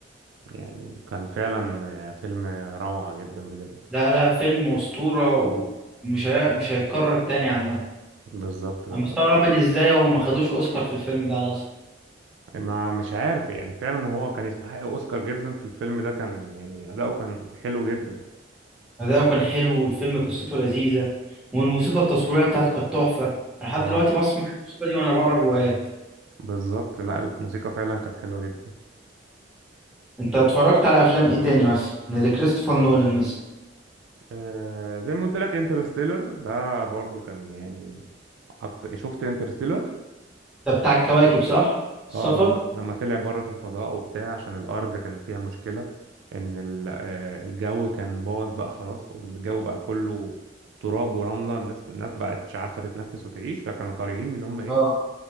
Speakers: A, on the right; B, in the centre.
A: يعني كان فعلا يعني فيلم روعة جدا بجد
B: لا لا فيلم اسطوره ومش هي... مش هيتكرر تاني عامه
A: بالظبط بالظبط
B: انا مستغرب ان ازاي هم ما خدوش اوسكار في الفيلم ده اصلا.
A: ما مش عارف يعني فعلا هو كان يستحق اوسكار جدا في الفيلم ده كان يعني اداؤه كان حلو جدا
B: أداؤه كان حلو والفيلم قصته لذيذة والموسيقى التصويرية بتاعته كانت تحفة أنا لحد
A: اه
B: دلوقتي بسمع الموسيقى دي وأنا بقرا روايات
A: بالظبط لا الموسيقى فعلا كانت حلوة جدا
B: أنت اتفرجت على أفلام إيه تاني مثلا؟ اللي كريستوفر نولان مثلا
A: آه زي ما قلت لك انترستيلر ده برضو كان يعني أكتر شفت انترستيلر
B: ده بتاع الكواكب صح؟ السفر؟
A: اه لما لما طلع بره في الفضاء وبتاع عشان الارض كان فيها مشكله ان ال- آه، الجو كان باظ بقى خلاص والجو بقى كله تراب ورمله الناس الناس بقت مش عارفه تتنفس وتعيش فكانوا طالعين ان هم ايه
B: اه